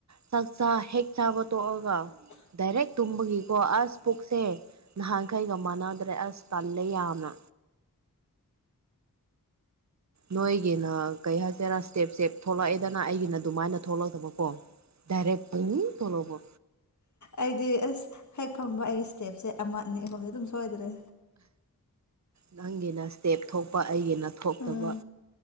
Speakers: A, on the right; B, on the left.
A: ꯆꯥꯛꯆꯥ ꯍꯦꯛ ꯆꯥꯕ ꯇꯣꯛꯑꯒ ꯗꯥꯏꯔꯦꯛ ꯇꯨꯝꯕꯒꯤꯀꯣ ꯑꯁ ꯄꯨꯛꯁꯦ ꯅꯍꯥꯟꯈꯩꯒ ꯃꯥꯟꯅꯗ꯭ꯔꯦ ꯑꯁ ꯇꯜꯂꯦ ꯌꯥꯝꯅ ꯅꯣꯏꯒꯤꯅ ꯀꯩ ꯍꯥꯏꯁꯤꯦꯔꯥ ꯏꯁꯇꯦꯞꯁꯦ ꯊꯣꯛꯂꯛꯑꯦꯗꯅ ꯑꯩꯒꯤ ꯅ ꯑꯗꯨꯃꯥꯏꯅ ꯊꯣꯛꯂꯛꯇꯕꯀꯣ ꯗꯥꯏꯔꯦꯛ ꯄꯨꯡꯅꯤꯡ ꯊꯣꯛꯂꯛꯄ
B: ꯑꯩꯗꯤ ꯑꯁ ꯍꯦꯛ ꯐꯪꯕ ꯑꯩꯒꯤ ꯁ꯭ꯇꯦꯞꯁꯦ ꯑꯃ ꯑꯅꯤ ꯑꯃꯝꯗꯤ ꯑꯗꯨꯝ ꯁꯣꯏꯗ꯭ꯔꯦ
A: ꯅꯪꯒꯤꯅ ꯏꯁꯇꯦꯞ ꯊꯣꯛꯄ ꯑꯩꯒꯤꯅ ꯊꯣꯛꯇꯕ
B: ꯎꯝ